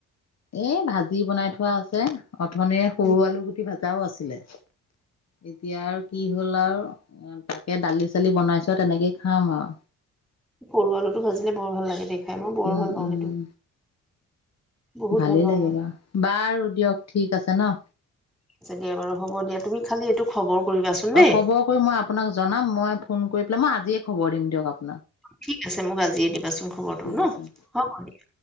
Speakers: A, on the left; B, in the centre.
A: এ, ভাজি বনাই থোৱা আছে। অথনিয়ে সৰু
B: উম,
A: আলু গুটি ভাজাও আছিলেই। এতিয়া আৰু কি? গ'ল আৰু তাকে দালি চালি বনাইছে তেনেকেই খাম আও
B: সৰু আলুটো ভাজিলে বৰ ভাল লাগে দে খাই। মই বৰ
A: উম
B: ভাল পাওঁ,
A: উম
B: সেইটো। বহুত
A: ভালেই
B: ভাল পাওঁ
A: লাগে
B: মই
A: বা, বাৰু দিয়ক ঠিক আছে ন।
B: চাগে এবাৰু হ'ব দিয়া, তুমি খালি এইটো খবৰ। কৰিবাচোন দেই
A: অ' খবৰ কৰি মই আপোনাক জনাম মই ফোন কৰি পেলাই, মই আজিয়ে খবৰ দিম দিয়ক আপ
B: ঠিক আছে, মোক আজিয়ে দিবাচোন খবৰটো
A: ঠিক
B: ন
A: আছে
B: হ'ব দিয়া।